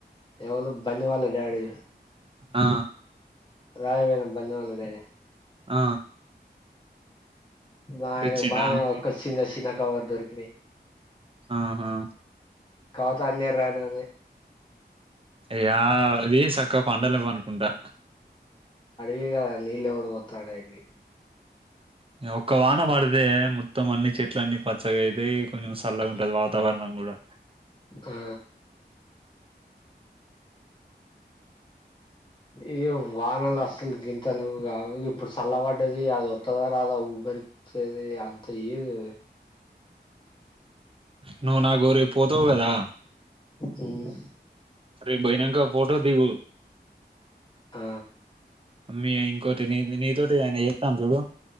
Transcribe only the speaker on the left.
ఎవలు బన్నీ వాళ్ళ డాడీ హ
రాయవేద బన్నీ వాళ్ళ డాడీ
ఆయనకు
బానే కచ్చినచ్చిన వర్ దొరికినయీ
కాక పోతే అన్ని ఎర్రగా నే ఉన్నాయి
ఇగా నీళ్లు ఎవడు పోత త అడికి
ఆ! ఏ వానలు అసలు గింతలు కా ఇప్పుడు చల్ల పడ్డది అది వత్తద అదా ఊబరిచ్చేది అంత ఏదు
ఉమ్
ఆ